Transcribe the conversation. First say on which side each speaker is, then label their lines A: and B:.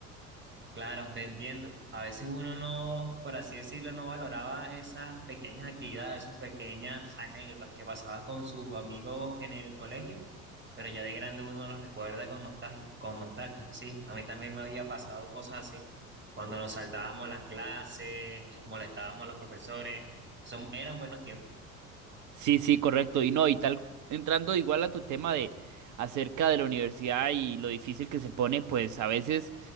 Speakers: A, on the right (about 25°); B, on the right (about 45°).
A: Claro, te entiendo. A veces uno no, por así decirlo, no valoraba esas pequeñas actividades, esas pequeñas anécdotas que pasabas con sus amigos en el colegio, pero ya de grande uno los recuerda con nostalgia, con nostalgia. Sí, a mí también me había pasado cosas así, cuando nos saltábamos las clases, molestábamos a los profesores. Son, eran buenos tiempos.
B: Sí, sí, correcto. Y no, y tal, entrando igual a tu tema de acerca de la universidad y lo difícil que se pone, pues a veces